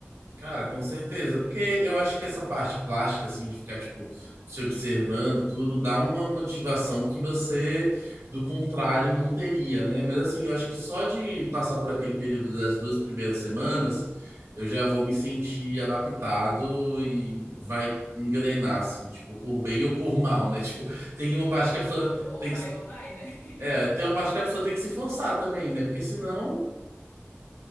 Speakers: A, on the right (about 75°); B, on the left (about 75°).
A: Cara, com certeza, porque eu acho que essa parte plástica, assim, de ficar, tipo, se observando e tudo, dá uma motivação que você, do contrário, não teria, né? Mas, assim, eu acho que só de passar por aquele período das duas primeiras semanas, eu já vou me sentir adaptado e vai engrenar, assim, tipo, por bem ou por mal, né? <laughs> Tipo, tem uma parte que a pessoa
B: Ou
A: tem
B: vai,
A: que.
B: ou vai, né? <laughs>
A: É, tem uma parte que a pessoa tem que se forçar também, né? Porque senão.